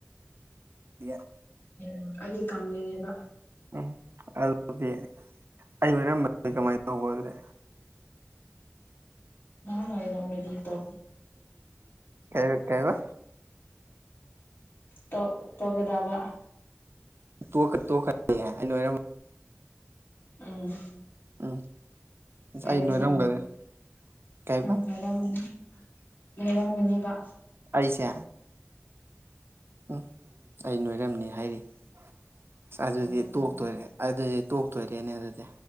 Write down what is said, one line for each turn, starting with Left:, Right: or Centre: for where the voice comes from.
Right: ꯌꯦ
Left: ꯎꯝ ꯑꯩꯗꯤ ꯀꯉꯦꯕ
Right: ꯎꯝ ꯑꯗꯨꯗꯤ ꯑꯩ ꯑꯣꯏꯔꯝꯕ ꯀꯃꯥꯏꯅ ꯇꯧꯕ ꯑꯗꯨꯗꯤ
Left: ꯅꯥꯟꯥꯏ ꯅꯝꯃꯦꯗꯤ ꯇ
Right: ꯀ ꯀꯥꯏ ꯋꯥ
Left: ꯇꯧ ꯇꯒꯦꯗꯥꯕ
Right: ꯇꯦ ꯑꯣꯏꯔ
Left: ꯎꯝ
Right: ꯎꯝ
Left: ꯑꯏꯕ
Right: ꯑꯩ ꯅꯣꯏꯔꯝꯒꯅꯤ
Left: ꯁꯤꯦ
Right: ꯀꯩꯕ
Left: ꯎꯔꯅꯤ ꯂꯩꯔꯝꯒꯅꯦꯕ
Right: ꯑꯩꯁꯦ ꯎꯝ ꯑꯩ ꯅꯣꯏꯔꯝꯅꯤ ꯍꯥꯏꯔꯤ ꯑꯁ ꯑꯗꯨꯗꯤ
Left: ꯇꯧꯔꯝꯅꯤꯅ
Right: ꯇꯣꯛꯇꯣꯏꯔꯦ ꯑꯗꯨꯗꯤ ꯇꯣꯛꯇꯣꯏꯔꯦꯅꯦ ꯑꯗꯨꯗꯤ